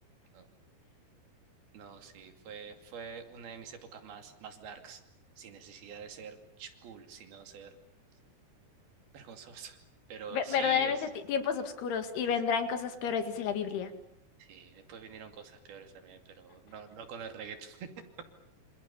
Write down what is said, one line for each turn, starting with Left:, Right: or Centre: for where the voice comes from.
Right: ¿no? No, sí, fue, fue una de mis épocas más, más darks, sin necesidad de ser ch- cool, sino ser <laughs> vergonzoso. Pero
Left: Ver-
Right: sí,
Left: verdaderamente
Right: os-
Left: ti- tiempos oscuros y vendrán
Right: sí,
Left: cosas peores, dice la Biblia.
Right: sí, después vinieron cosas peores también, pero no, no con el reggaetón. <laughs>